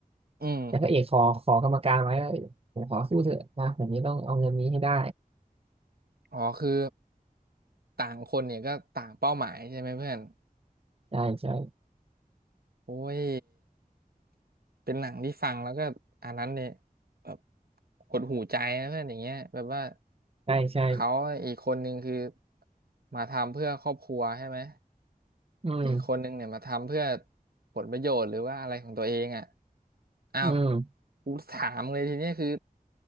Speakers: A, on the right (about 75°); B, on the right (about 40°).
A: อืม
B: แต่พระเอกขอขอกรรมการไว้ว่าผมขอสู้เถอะนะผมนี้ต้องเอาเงินนี้ให้ได้
A: อ๋อคือต่างคนเนี่ยก็ต่างเป้าหมายใช่ไหมเพื่อน
B: ใช่ใช่
A: โอ้ยเป็นหนังที่ฟังแล้วก็อันนั้นเนี่ยแบบหดหูใจนะเพื่อนอย่างเงี้ยแบบว่า
B: ใช่ใช่
A: เขาอีกคนนึงคือมาทำเพื่อครอบครัวใช่ไหม
B: อืม
A: อีกคนนึงเนี่ยมาทำเพื่อผลประโยชน์หรือว่าอะไรของตัวเองอ่ะอ้าว
B: อืม
A: กูถามเลยทีเนี้ยคือ